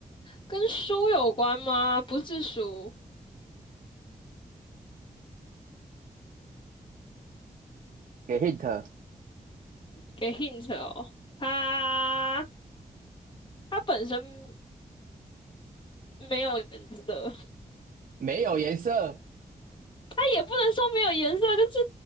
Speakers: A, on the left (about 35°); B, on the right (about 60°).
A: 跟书有关吗？不是书，
B: 给 hint，
A: 给 hint 哦。它它本身没有颜色，
B: 没有颜色。
A: <laughs> 也不能说没有颜色，就是